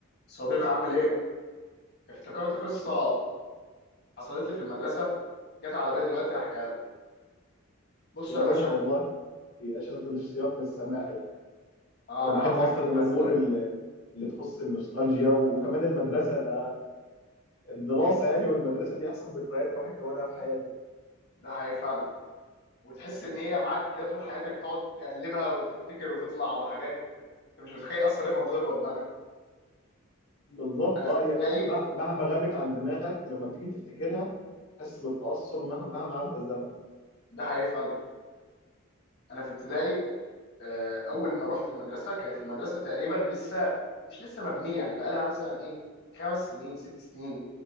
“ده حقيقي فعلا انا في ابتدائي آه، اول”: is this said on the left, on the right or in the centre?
Left